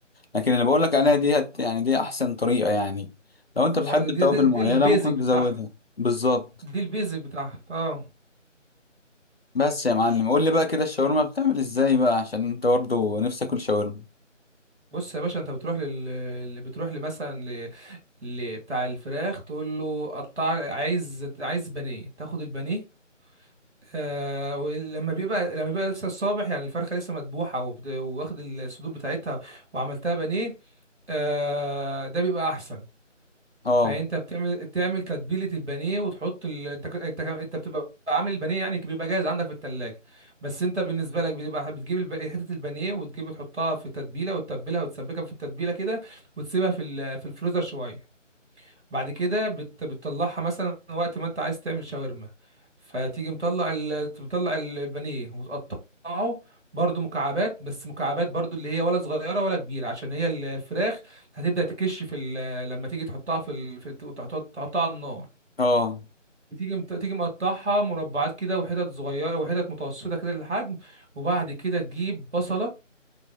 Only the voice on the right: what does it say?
ما هو ده- دي
دي, دي
البيزك
بتاعها
دي البيزك بتاعها اه
بص يا باشا انت بتروح لل اللي بتروح لمثلا ل- بتاع الفراخ تقول له قطع عايز عايز بانيه تاخد البانيه آه ولما بيبقى لما بيبقى لسه الصابح يعني الفرخه لسه مذبوحه وبت- واخد الصدور بتاعتها وعملتها بانيه آه ده بيبقى احسن
فانت بتعمل بتعمل تتبيله البانيه وتحط ال... انت ك- انت ك- انت بتبقى عامل البانيه يعني بيبقى جاهز عندك في التلاجة بس انت بالنسبه لك بتبقى بتجيب الب... حته البانيه وتجيب تحطها في تتبيله وتتبلها وتسبكها في التتبيله كده وتسيبها في ال... في الفريزر شويه بعد كده بت... بتطلعها مثلا وقت ما انت عايز تعمل شاورما فتيجي مطلع ال... مطلع ال- البانيه وتقطعه برضو مكعبات بس مكعبات برضو اللي هي ولا صغيره ولا كبيره عشان هي الفراخ هتبدا تكش في ال... لما تيجي تحطها في, ال... في... تحط- تحطها على النار
تيجي مت- تيجي مقطعها مربعات كده وحتت صغيره وحتت متوسطه كده للحجم وبعد كده تجيب بصله